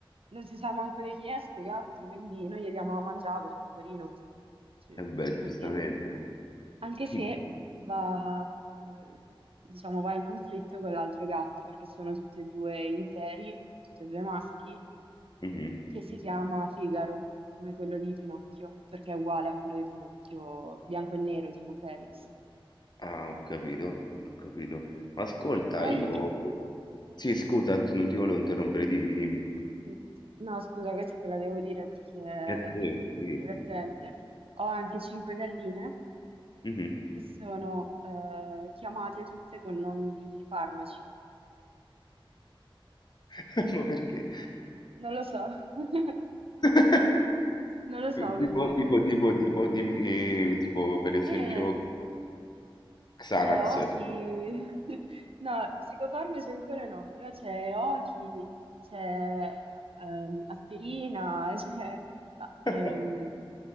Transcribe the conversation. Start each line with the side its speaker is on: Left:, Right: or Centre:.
Right: non si sa manco di chi è sto gatto, quindi noi gli diamo da mangiare perché porino ci,
Left: E beh,
Right: ci fa
Left: giustamente.
Right: bene, anche
Left: <laughs>
Right: se va, eh, diciamo, va in conflitto con l'altro gatto perché sono tutti e due interi, tutti e due maschi,
Left: Mhm.
Right: che si chiama Figaro, come quello di Pinocchio, perché è uguale a quello di Pinocchio, bianco e nero, tipo Felix.
Left: Ah, ho capito, ho capito. Ma ascolta,
Right: E poi
Left: io... Sì, scusa, non ti volevo interrompere, dimmi, dimmi.
Right: Mm, No, scusa, questa te la devo dire perché è
Left: E te, sì.
Right: divertente. Ho anche cinque galline
Left: Mhm.
Right: che sono eh, chiamate tutte con nomi di farmaci.
Left: <laughs> Ma perché?
Right: Non lo so, <laughs>
Left: <laughs>
Right: non lo so perché...
Left: Tipo, tipo, tipo, tipo, dimmi, tipo, per esempio,
Right: eh,
Left: Xanax.
Right: C'è Oki, <laughs> no, psicofarmaci ancora no, però c'è Oki, c'è ehm, aspirina, <laughs> c'è no, ehm,
Left: <laughs>